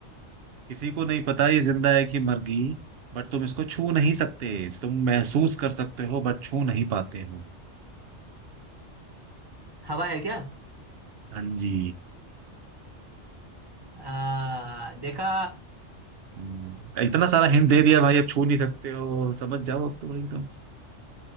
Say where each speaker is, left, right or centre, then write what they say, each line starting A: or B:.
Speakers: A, on the right (about 60°); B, on the right (about 20°).
A: किसी को नहीं पता ये जिंदा है कि मर गई बट तुम इसको छू नहीं सकते तुम महसूस कर सकते हो बट छू नहीं पाते हो
B: हवा है क्या
A: हाँ जी
B: आ, देखा
A: हम्म, इतना सारा हिंट दे दिया भाई अब छू नहीं सकते हो समझ जाओ अब तो एकदम